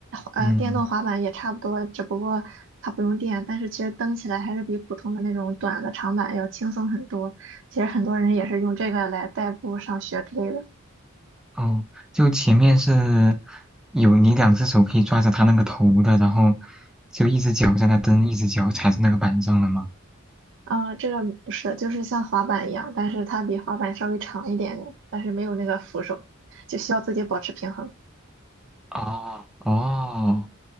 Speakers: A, on the right (about 60°); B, in the centre.
A: 呃电动滑板也差不多，
B: 嗯。
A: 只不过它不用电，但是其实蹬起来还是比普通的那种短的长板要轻松很多。其实很多人也是用这个来代步上学之类的。
B: 哦，就前面是有你两只手可以抓着它那个头的，然后就一只脚在那蹬，一只脚踩在那个板上的吗？
A: 啊，这个不是，就是像滑板一样，但是它比滑板稍微长一点点，但是没有那个扶手，就需要自己保持平衡。
B: 哦哦，